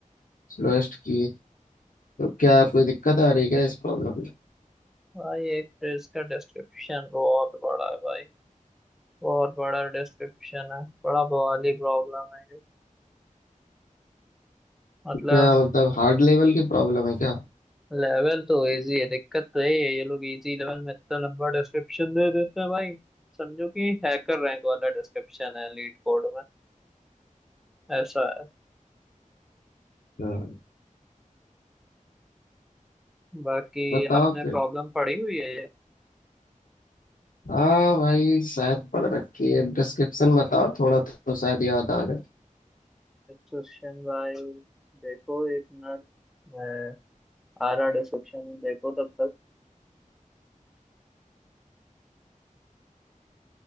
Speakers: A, on the left; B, in the centre.
A: स्लोएस्ट की तो क्या कोई दिक्कत आ रही है क्या इस प्रॉब्लम में
B: भाई एक तो इसका डिस्क्रिप्शन बहुत बड़ा है भाई बहुत बड़ा डिस्क्रिप्शन है बड़ा बवाली प्रॉब्लम है ये मतलब
A: क्या मतलब हार्ड लेवल की प्रॉब्लम है क्या
B: लेवल तो इजी है दिक्कत तो यही है ये लोग इजी लेवल में इतना लंबा डिस्क्रिप्शन दे देते हैं भाई समझो कि हैकर रैंक वाला डिस्क्रिप्शन है लीड कोड में ऐसा है
A: अच्छा
B: बाकी
A: बताओ
B: आपने
A: फिर
B: प्रॉब्लम पढ़ी हुई है ये
A: हाँ भाई शायद पढ़ रखी है डिस्क्रिप्शन बताओ थोड़ा तो शायद याद आ जाए
B: डिस्क्रिप्शन भाई देखो एक मिनट मैं आ रहा डिस्क्रिप्शन देखो तब तक